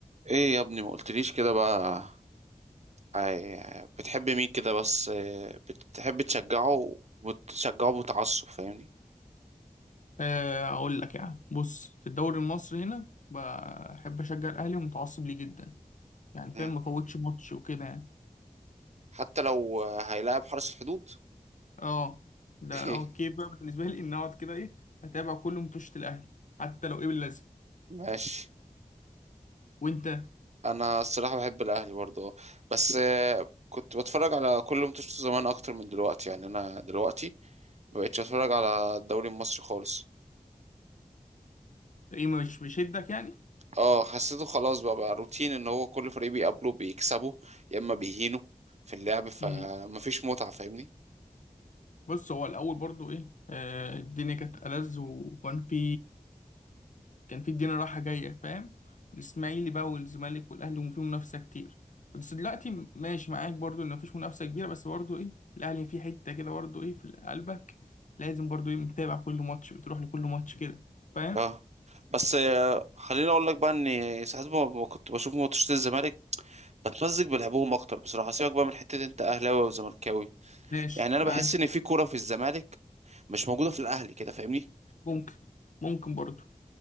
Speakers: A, on the right; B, on the left.
A: ايه يا ابني ما قلتليش كده بقى هي- بتحب مين كده بس آه، بتحب تشجعه وبتشجعه بتعصب فاهمني
B: آه، اقول لك يعني بص في الدوري المصري هنا بحب اشجع الاهلي ومتعصب ليه جدا يعني
A: مم.
B: فاهم ما فوتش ماتش وكده يعني
A: حتى لو آه، هيلاعب حرس الحدود
B: اه ده
A: <laughs>
B: اوكي بقى بالنسبه لي ان اقعد كده ايه اتابع كل ماتشات الاهلي حتى لو ايه باللازم
A: ماشي
B: وانت
A: انا الصراحة بحب الاهلي برضه بس آه، كنت بتفرج على كل ماتشاته زمان اكتر من دلوقتي يعني انا دلوقتي مبقتش اتفرج على الدوري المصري خالص
B: ايه مش بيشدك يعني
A: اه حسيته خلاص بقى بقى روتين ان هو كل فريق بيقابله بيكسبه يا اما بيهينه في اللعب فمفيش
B: امم
A: متعة فاهمني
B: بص هو الاول برضو ايه آه الدنيا كانت ألذ وكان في كان في الدنيا رايحة جاية فاهم الإسماعيلي بقى والزمالك والأهلي وفي منافسة كتير بس دلوقتي م- ماشي معاك برضو إن مفيش منافسة كبيرة بس برضو إيه الأهلي في حتة كده برضو إيه في قلبك لازم برضو إيه متابع كل ماتش بتروح لكل ماتش كده فاهم
A: اه بس آه، خليني اقول لك بقى ان ساعات ما ما كنت بشوف ماتشات الزمالك بتمزج بلعبهم اكتر بصراحه سيبك بقى من حته انت اهلاوي وزملكاوي
B: ماشي
A: يعني انا
B: معاك
A: بحس ان في كوره في الزمالك مش موجوده في الاهلي كده فاهمني
B: ممكن ممكن برضو